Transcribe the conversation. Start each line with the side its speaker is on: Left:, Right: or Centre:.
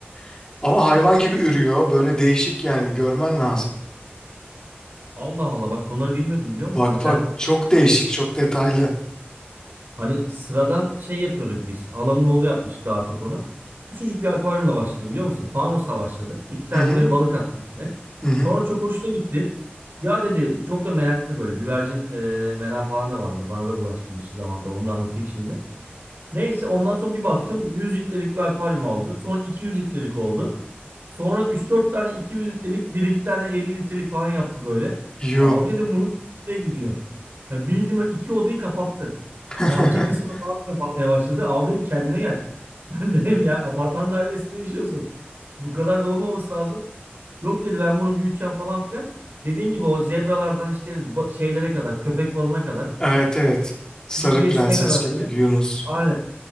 Left: <laughs> Ama hayvan gibi ürüyor böyle değişik yani bir görmen lazım.
Right: Allah Allah bak bunları bilmiyordum biliyor
Left: Bak
Right: musun? Mesela
Left: bak çok değişik çok detaylı.
Right: Hani sıradan şey yapıyorduk biz. Halamın oğlu yapmış daha çok onu. Küçücük bir akvaryumla başladı biliyor musun? Fanusla başladı. İki tane
Left: Hı hı
Right: böyle balık attı içine.
Left: hı hı.
Right: Sonra çok hoşuna gitti. Ya dedi çok da meraklı böyle güvercin e, merakı falan da vardı. Bana da bulaştırmıştı zamanında. Onu da anlatayım şimdi. Neyse ondan sonra bir baktım 100 litrelik bir akvaryum aldı. Sonra 200 litrelik oldu. Sonra 3-4 tane 200 litrelik, bir iki tane 50 litrelik falan yaptı böyle.
Left: Yuh.
Right: Abi dedim bunu nereye gidiyor? Yani bildiğim böyle iki odayı kapattı.
Left: <laughs>
Right: Bahçe kısmını falan kapatmaya başladı. Abi dedim kendine gel. <laughs> Ben dedim ya apartman dairesinde yaşıyorsun. Bu kadar da olmaması lazım. Yok dedi ben bunu büyüteceğim falan filan. Dediğin gibi o zebralardan işte ba- şeylere kadar, köpek balığına kadar,
Left: Evet evet. Sarı
Right: midyesine
Left: prenses
Right: kadar
Left: köpek
Right: böyle.
Left: Yunus.
Right: Aynen.